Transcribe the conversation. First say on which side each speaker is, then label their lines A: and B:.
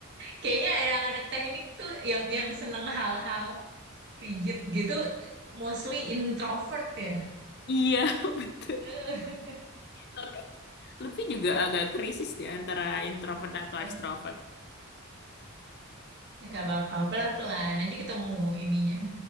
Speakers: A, on the right; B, on the left.
A: kayaknya anak-anak teknik tuh yang yang seneng hal-hal rigid gitu, mostly introvert ya.
B: Iya, <laughs> betul.
A: <laughs>
B: Tapi Lutfi juga agak krisis di antara introvert atau
A: <laughs>
B: extrovert.
A: Gak apa-apa, pelan-pelan. Nanti ketemu ininya.